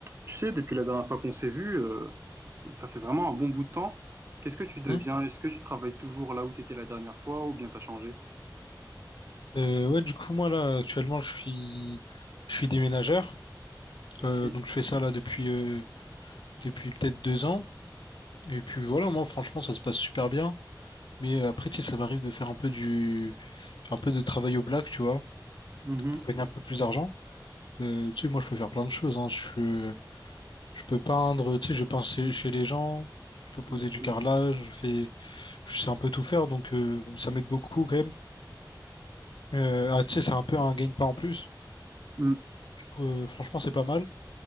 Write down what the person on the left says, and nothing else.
Hein
Euh, ouais, du coup, moi, là, actuellement, je suis, je suis déménageur.
Euh, donc, je fais ça, là, depuis, euh, depuis peut-être deux ans. Et puis, voilà, moi, franchement, ça se passe super bien. Mais euh, après, tu sais, ça m'arrive de faire un peu du, un peu de travail au black, tu vois,
pour gagner un peu plus d'argent. Euh, tu sais, moi, je peux faire plein de choses, hein. Je peux, je peux peindre, tu sais, je peins chez, chez les gens. Je peux poser
du carrelage. Je fais, je sais un peu tout faire. Donc, euh, ça m'aide beaucoup, quand même. Euh, ah, tu sais, c'est un peu un gain de pas en plus.
Du coup, euh, franchement, c'est pas mal.